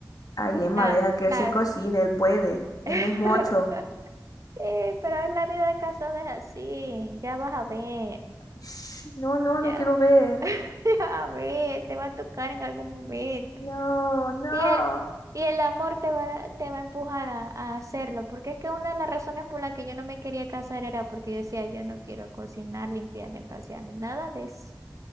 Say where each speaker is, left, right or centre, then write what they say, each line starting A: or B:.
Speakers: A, on the left (about 55°); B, on the right (about 45°).
A: Ay, Emma,
B: la,
A: deja que
B: la,
A: él se cocine, él puede, él
B: <laughs>
A: no es mocho.
B: Sí, pero es la vida de casada es así, ya vas a ver,
A: Shh, no, no, no
B: ya,
A: quiero ver.
B: <laughs> ya a ver, te va a tocar en algún momento.
A: No, no.
B: Y el, y el amor te va, te va a empujar a, a hacerlo, porque es que una de las razones por las que yo no me quería casar era porque yo decía, yo no quiero cocinar, limpiar, empasear, ni nada de eso.